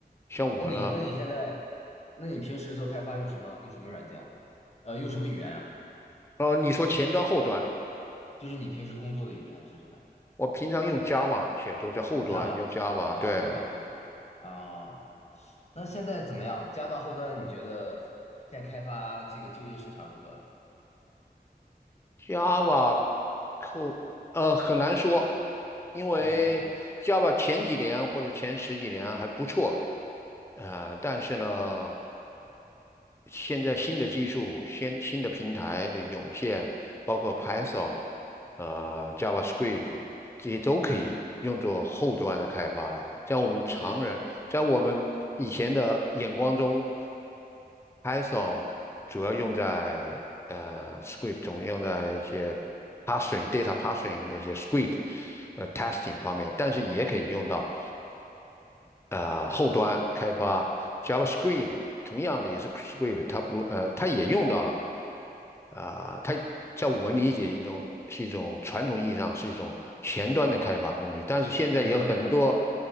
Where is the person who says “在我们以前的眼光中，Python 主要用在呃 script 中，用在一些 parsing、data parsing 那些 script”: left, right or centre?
Left